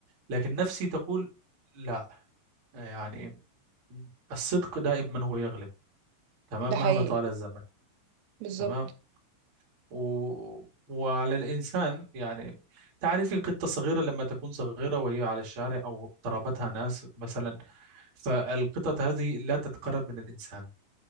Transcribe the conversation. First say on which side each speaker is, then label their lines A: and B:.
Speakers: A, on the right; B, on the right.
A: لكن نفسي تقول لا يعني الصدق دائما هو يغلب تمام
B: ده حقيقي
A: مهما طال الزمن
B: بالظبط
A: تمام و... وعلى الإنسان يعني تعرفي قطة صغيرة لما تكون صغيرة وهي على الشارع أو ضربتها ناس مثلا فالقطط هذه لا تتقرب من الإنسان